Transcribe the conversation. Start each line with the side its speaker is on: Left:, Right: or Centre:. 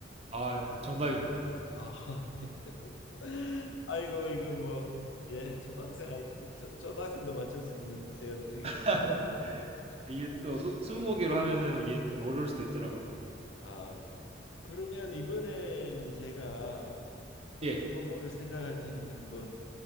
Right: 아, 정답입니다.
Left: 아 <laughs> 네. <laughs> 아이고 이거 뭐 예 초등학생 아이 초, 초등학생도 맞출 수 있는데 제가 이게
Right: <laughs>
Left: 뭔지 모르겠네요.
Right: 이게 또 소, 스무고개로 하면은 이게 좀 어려울 수도 있더라고요.
Left: 아 그러면 이번에는 제가 어떤
Right: 예,
Left: 동물을 생각할 테니까 한번